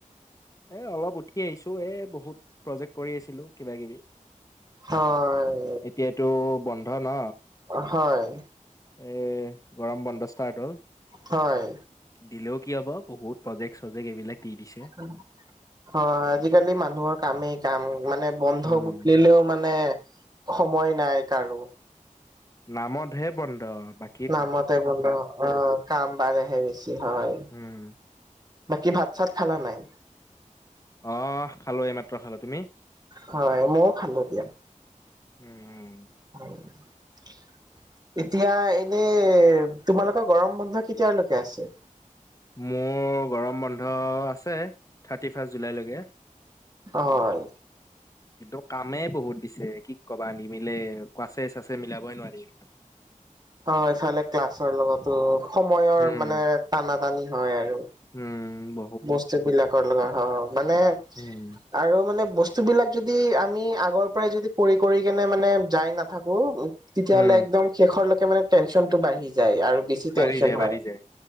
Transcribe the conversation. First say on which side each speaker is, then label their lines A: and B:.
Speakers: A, on the left; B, on the right.
A: এই অলপ উঠি আহিছোঁ, এই বহুত প্ৰজেক্ট কৰি আছিলোঁ কিবা কিবি।
B: হয়
A: এতিয়াতো বন্ধ ন'?
B: অ' হয়।
A: এ গৰম বন্ধ ষ্টাৰ্ট হ'ল।
B: হয়।
A: দিলেও কি হ'ব বহুত প্ৰজেক্ট-চজেক্ট এইবিলাক দি দিছে।
B: <inaudible> অ আজিকালি মানুহৰ কামেই কাম মানে বন্ধলিলেও
A: উম
B: মানে সময় নাই কাৰো।
A: নামত হে বন্ধ, বা
B: নামতে বন্ধ, অ' কাম বাঢহে বেছি হয়।
A: উম
B: বাকী ভাত-চাত খালা নাই?
A: অ' খালো এইমাত্ৰ খালো। তুমি?
B: হয়, মইও খালো দিয়া।
A: উম।
B: <inaudible> এতিয়া এনেই তোমালোকৰ গৰম বন্ধ কেতিয়ালৈকে আছে?
A: মোৰ গৰম বন্ধ আছে থাৰ্টি ফাৰ্ষ্ট জুলাইলৈকে।
B: হয়।
A: কিন্তু কামে বহুত দিছে কি কবা নিমিলে, ক্লাছে-চাছে মিলাবই নোৱাৰিম।
B: হয় চালে ক্লাছৰ লগতো সময়ৰ
A: উম
B: মানে টানা টানি হয় আৰু।
A: উম ব
B: বস্ত বিলাকৰ লগত হয়। মানে
A: উম।
B: আৰু মানে বস্তু বিলাক যদি আমি আগৰ পৰাই যদি কৰি কৰি কেনে মানে যাই নাথাকো তেতিয়াহ'লে
A: উম।
B: একদম শেষৰলৈকে মানে টেনচনটো বাঢ়ি যায় আৰু টেন্সন
A: বাঢ়ি যায়
B: হয়
A: বাঢ়ি যায়